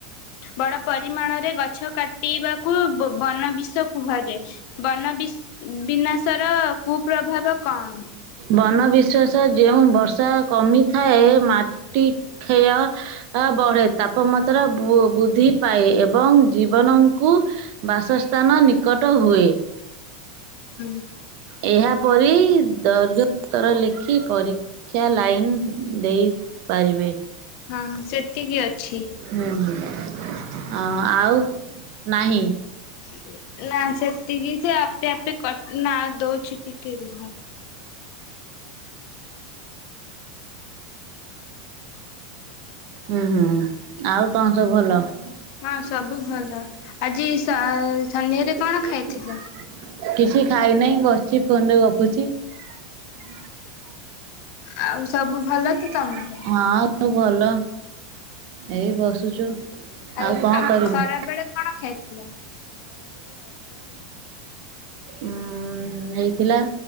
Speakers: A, on the left; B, on the right.
A: ବଡ ପରିମାଣରେ ଗଛ କାଟିବାକୁ ବନ ବିଷ କୁହାଯାଏ। ବନ ବି ବିନାଶର କୁପ୍ରଭାବ କଣ?
B: ବନ ବିଶ୍ୱାସ ଯେଉଁ ବର୍ଷା କମି ଥାଏ ମାଟି କ୍ଷୟ ବଢ଼େ ତାପମାତ୍ରା ବୃଦ୍ଧି ପାଏ ଏବଂ ଜୀବନ କୁ। ବାସସ୍ଥାନ ନିକଟ ହୁଏ।
A: ହୁଁ
B: ଏହାପରି। <unintelligible> ଉତ୍ତର ଲେଖି ପରି କ୍ୟା ଲାଇନ୍ ଦେଇ ପାରିବେ।
A: ହଁ ସେତିକି ଅଛି।
B: ହୁଁ ଆ ଆଉ। ନାହିଁ।
A: <unintelligible> ନା ସେତିକି ସେ ଆପେ ଆପେ ନା ଦଉଛି ଟିକେ ରୁହ।
B: ହୁଁ ହୁଁ ଆଉ କଣ ସବୁ ଭଲ?
A: ହଁ
B: <unintelligible>
A: ସବୁ ଭଲ। ଆଜି ସ ସନ୍ଧ୍ୟାରେ କଣ ଖାଇଥିଲ?
B: କିଛି ଖାଇନହିଁ ବସିଛି ଫୋନ ରେ ଗପୁଛି। ହଁ
A: ଆଉ ସବୁ
B: ସବୁ
A: ଭଲ ତ ତମର
B: ଭଲ। ଏଇ ବସୁଛୁ।
A: ଆଉ
B: କଣ କରିବୁ
A: ଖରା ବେଳେ କଣ ଖାଇ ଥିଲ?
B: ହୁଁ ହେଇଥିଲା।